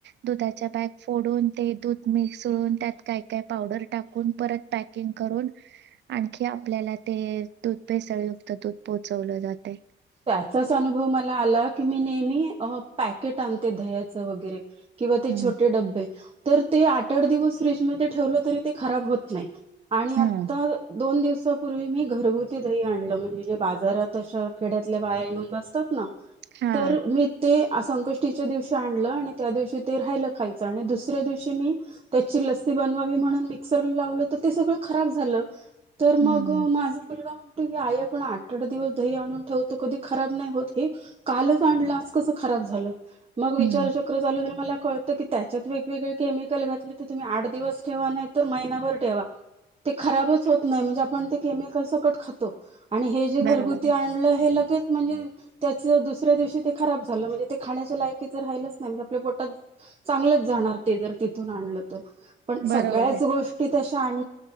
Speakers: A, on the right (about 60°); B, on the right (about 30°).
A: दुधाच्या बॅग फोडून ते दूध मिसळून त्यात काय-काय पावडर टाक ऊन परत पॅकिंग करून आणखी आपल्याला ते दूध पेसा त दूध पोहोचवलं जातय.
B: जसं अनुभव मला आला की मी नेहमी पॅकेट आणते दह्याच वगैरे. किंवा ते
A: हं,
B: छोटे डबे तर ते आठ-आठ दिवस फ्रीजमध्ये ठेवलं तरी ते खराब होत नाही. आणि
A: हं.
B: आता दोन दिवसापूर्वी मी घरगुती दही आणलं म्हणजे जे बा जरा तश खेड्यातल्या बाया येऊन बसतात ना,
A: हां.
B: तर मी ते संकष्टीच्या दिवशी आणलं आणि त्या दिवशी ते राहिलं खायचं आणि दुसऱ्या दिवशी मी त्याची लस्सी बनवावी म्हणून मिक्सर लावलं तर ते सगळं खराब झालं. तर मग
A: हं,
B: माझा मुलगा म्हणतो की आई आपण आ आठ-आठ दिवस दही आणून ठेवत कधी खराब नाही होत हे कालच आणलं आज कसं खराब झालं? मग विचारचक्र
A: हं.
B: चालू मला क की त्याच्यात वेगवेगळे केमिकल घातले तर तुम्ही आठ दिवस ठेवा नाही तर महिनाभर ठेवा ते खराबच होत नाही म्हणजे आपण ते केमिकल सकट खातो. आणि हे जे घरगुती
A: बरोबर आहे.
B: आणलं हे लगेच म्हणजे त्याच दुसऱ्या दिवशी ते खराब झालं म्हणजे ते खाण्याच्या लायकीच राहिलंच नाही म्हणजे आपल्या पोटात चांगलंच जाणार ते जर तिथून आणलं तर पण
A: बरोबर
B: सगळ्याच
A: आहे.
B: गोष्टी तशी आण